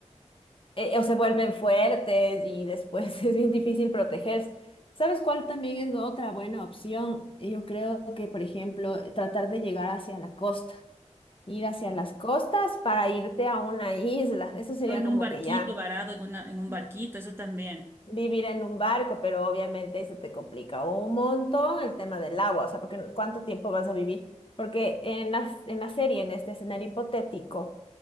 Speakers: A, on the left (about 45°); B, on the right (about 20°).
A: eh, o se vuelven fuertes y después <laughs> es bien difícil protegerse. ¿Sabes cuál también es otra buena opción? Yo creo que, por ejemplo, tratar de llegar hacia la costa, ir hacia las costas para irte a una isla, eso sería
B: O en
A: como
B: un barquito
A: que ya.
B: varado, en una, en un barquito, eso también.
A: vivir en un barco, pero obviamente ahí se te complica un montón el tema del agua, o sea, porque cuánto tiempo vas a vivir, porque en la, en la serie, en este escenario hipotético,